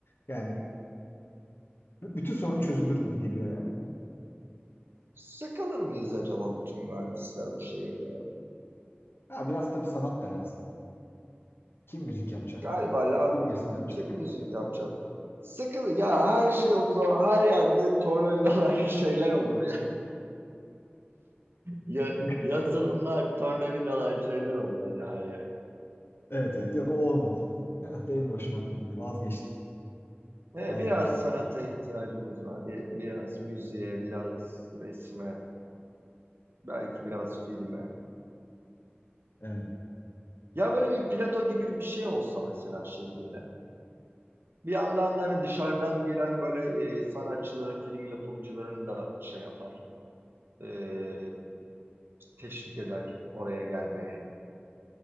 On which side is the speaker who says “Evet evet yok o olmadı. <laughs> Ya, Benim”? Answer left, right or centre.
Left